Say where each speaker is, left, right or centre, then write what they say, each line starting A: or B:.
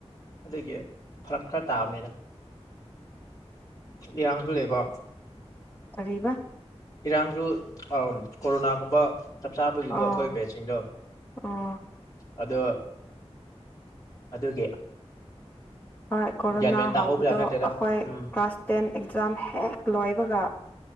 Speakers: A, on the left (about 35°); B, on the left (about 15°).
A: ꯑꯗꯨꯒꯤ ꯐꯔꯛ ꯈꯔ ꯇꯥꯕꯅꯤꯅ ꯏꯔꯥꯡꯁꯨ ꯂꯩꯕ
B: ꯀꯔꯤꯕ
A: ꯏꯔꯥꯡꯁꯨ ꯀꯣꯔꯣꯅꯥꯒꯨꯝꯕ ꯆꯞ ꯆꯥꯕꯒꯤꯀꯣ
B: ꯑꯥ
A: ꯑꯩꯈꯣꯏ ꯕꯦꯠꯁꯤꯡꯗꯣ
B: ꯑꯥ
A: ꯑꯗꯣ ꯑꯗꯨꯒꯤ
B: ꯍꯣꯏ ꯀꯣꯔꯣꯅꯥ
A: ꯒ꯭ꯌꯥꯟ ꯃꯦꯟ ꯇꯥꯍꯧꯕꯖꯥꯠ
B: ꯍꯕꯗꯣ
A: ꯅꯠꯇꯦꯗ
B: ꯑꯩꯈꯣꯏ
A: ꯎꯝ
B: ꯀ꯭ꯂꯥꯁ ꯇꯦꯟ ꯑꯦꯛꯖꯥꯝ ꯍꯦꯛ ꯂꯣꯏꯕꯒ